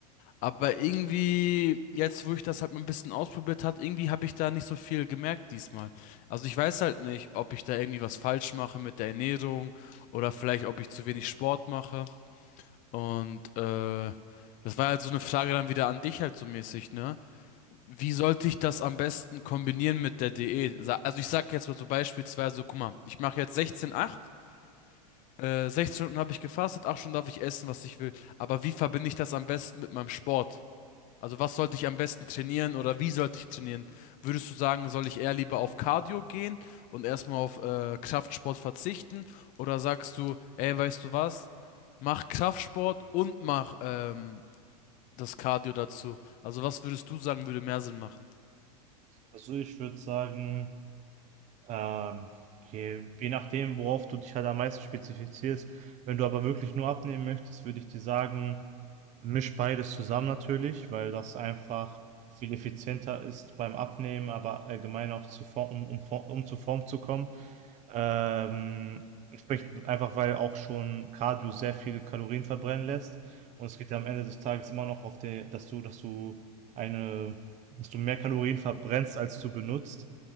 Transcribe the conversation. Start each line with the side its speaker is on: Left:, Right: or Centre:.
Left: aber irgendwie, jetzt wo ich das halt mal ein bisschen ausprobiert hat, irgendwie habe ich da nicht so viel gemerkt diesmal. Also ich weiß halt nicht, ob ich da irgendwie was falsch mache mit der Ernährung oder vielleicht, ob ich zu wenig Sport mache. Und äh, das war halt so eine Frage dann wieder an dich halt so mäßig, ne? Wie sollte ich das am besten kombinieren mit der Diät? Sa- Also ich sag jetzt mal so beispielsweise, guck mal, ich mache jetzt 16,8, äh, 16 Stunden habe ich gefastet, 8 Stunden darf ich essen, was ich will. Aber wie verbinde ich das am besten mit meinem Sport? Also was sollte ich am besten trainieren oder wie sollte ich trainieren? Würdest du sagen, soll ich eher lieber auf Cardio gehen und erstmal auf äh, Kraftsport verzichten? Oder sagst du, ey, weißt du was? Mach Kraftsport und mach ähm, das Cardio dazu. Also was würdest du sagen, würde mehr Sinn machen?
Right: Also, ich würde sagen Ähm, je, je nachdem, worauf du dich halt am meisten spezifizierst. Wenn du aber wirklich nur abnehmen möchtest, würde ich dir sagen, misch beides zusammen natürlich, weil das einfach viel effizienter ist beim Abnehmen, aber allgemein auch zu Form, um, um, Form- um zu Form zu kommen. Ähm, entsprechend einfach, weil auch schon Cardio sehr viele Kalorien verbrennen lässt. Und es geht ja am Ende des Tages immer noch auf der, dass du, dass du eine, dass du mehr Kalorien verbrennst, als du benutzt